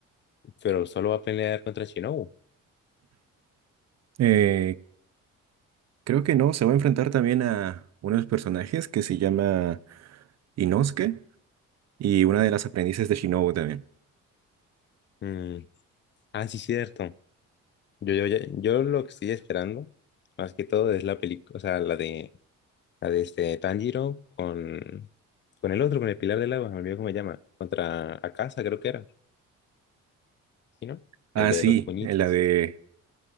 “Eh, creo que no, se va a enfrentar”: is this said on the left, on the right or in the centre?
Right